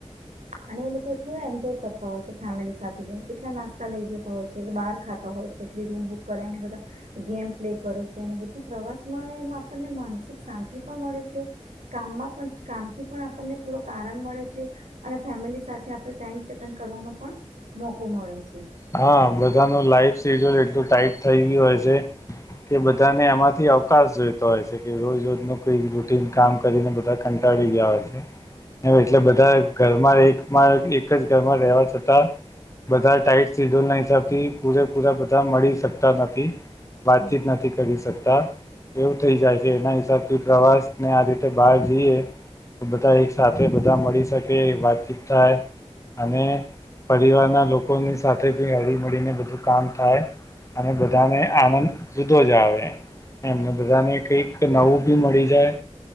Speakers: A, on the right (about 80°); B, on the left (about 25°).
A: અને એ લોકો એટલું એન્જોય કરતા હોય છે ફેમિલી સાથે જ એટલા નાસ્તા લઈ જતા હોય છે કે બહાર ખાતા હોય છે એટલી રૂમ બુક કરાયને બધા ગેમ પ્લે કરે છે અનેને બધું પ્રવાસમાં એમાં આપણને માનસિક શાંતિ પણ મળે છે. કામાં પણ કામથી પણ આપને થોડોક આરામ મળે છે અને ફેમિલી સાથે આપ ટાઈમ સે સ્પેન્ડ કરવાનો પણ મોકો મળે છે.
B: હા બધાનું લાઈફ શેડ્યુલ એટલું ટાઈટ થઈ ગયું હોય છે કે બધાને એમાંથી અવકાશ જોઈતો હોય છે કે રોજ રજ ન કોઈ રૂટીન કામ કરીને બધા તાડી ગયા હોય છે. એટલે બધા ઘરમાં એક એક જ ઘરમાં રહેવા છતાં બધા ટાઈટ સિડ્યુલ ના હિસાબ થી પૂરેપૂરા બધા મળી શકતા નથી. વાતચીત
A: હમ.
B: નથી કરી શકતા એવું થઈ જાય છે એના હિસાબથી પ્રવાસ ને આ રીતે બહાર જઈએ બધા એક સાથે બધા મળી શકે વાતચીત થાય અને પરિવારના લોકોની સાથે બી હળી મળળીને બધું કામ થાય અને બધાને આનંદ જુદો જ આવે એમને બધાને કઈક નવું ભી મળી જાય